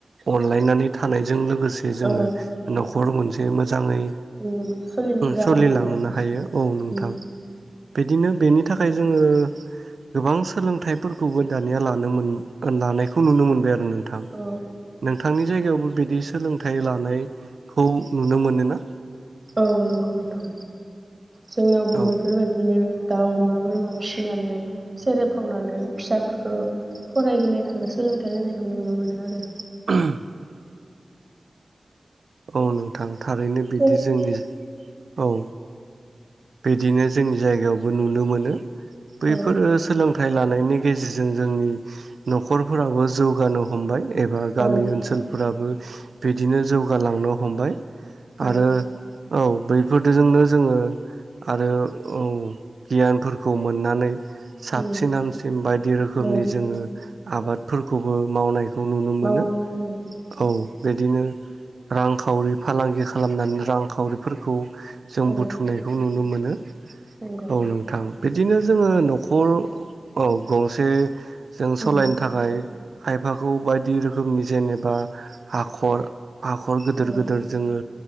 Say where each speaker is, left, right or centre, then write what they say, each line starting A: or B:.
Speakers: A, on the right; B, on the right.
A: अनलायनानै थानाय जों लोगोसे जोङो
B: औ
A: न'खर मोनसे <inaudible> मोजाङै
B: उम सोलिनो जानो
A: सोलिलांहोनो
B: हायो
A: हायो औ नोंथां।
B: उम
A: बिदिनो बेनि थाखाय जोङो गोबां सोलोंथाइफोरखौबो दानिया लानो मोन, लानायखौ नुनो मोनबाय आरो नों थां
B: औ
A: नोंथांनि जायगायावबो बिदि सोलोंथाइ लानाय खौ नुनो मोनोना?
B: औ नंगौ नोंथां। जोंनावबो
A: औ
B: बेफोरबायदिनो दाउ, अमा, बोरमा फिसिनानै सेरेब खावनानै फिसाफोरखौ फरायहोनायखौ, सोलोंथाइ होनायखौ नुनो मोनो आरो।
A: <inaudible> औ नोंथां। थारैनो बिदि
B: सेर
A: जोंनि, औ बिदिनो जोंनि जायगायावबो नुनो मोनो। बैफोरो
B: औ
A: सोलों थाय लानायनि गेजेरजों जोंनि न'खरफोराबो जौगानो हमबाय। एबा गामि
B: औ
A: ओनसोलफोराबो बिदिनो जौगालांनो हमबाय।
B: औ
A: आरो औ बैफोरदोजोंनो जोङो आरो औ गियानफोरखौ मोन्नानै साबसिन
B: उम
A: हामसिन बायदि रोखोमनि
B: औ
A: जोङो आबादफोरखौबो मावनाय खौ नुनो मोनो
B: मावनो उम
A: औ बिदिनो रांखावरि फालांगि खालामनानै रांखावरिफोरखौ जों
B: औ
A: बुथुमनायखौ नुनो मोनो।
B: नंगौ
A: औ नोंथां बिदिनो जोङो न'ख खर औ गंसे जों सलायनो
B: उम
A: थाखाय खायफाखौ बायदि रोखोमनि जेनेबा हाखर हाखर गोदोर
B: औ
A: गोदोर जोङो